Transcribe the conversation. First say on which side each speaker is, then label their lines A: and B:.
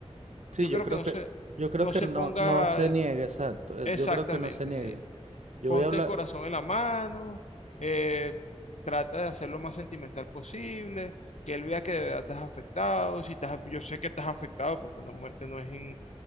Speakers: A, on the right; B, on the left.
A: sí,
B: yo
A: yo
B: creo
A: creo
B: que no
A: que,
B: se,
A: yo creo
B: no
A: que
B: se
A: no,
B: ponga
A: no se niegue, exacto, eh,
B: Exactamente,
A: yo creo que no se niegue.
B: sí.
A: Yo
B: Ponte
A: voy a hablar.
B: el corazón en la mano, eh, trata de hacer lo más sentimental posible, que él vea que de verdad estás afectado, si estás, yo sé que estás afectado porque una muerte no es, en-